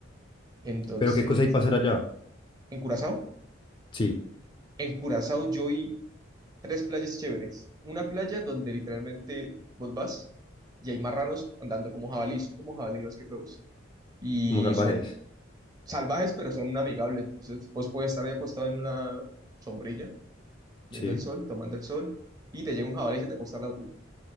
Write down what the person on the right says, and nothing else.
Entonces,
¿en Curazao?
En Curazao yo vi tres playas chéveres. Una playa donde literalmente vos vas y hay marranos andando como jabalí, son como jabalí más que todos. Y
son salvajes, pero son amigables. Entonces, vos puedes estar ahí acostado en una sombrilla, viendo
el sol, tomando el sol, y te llega un jabalí y se te acuesta al lado tuyo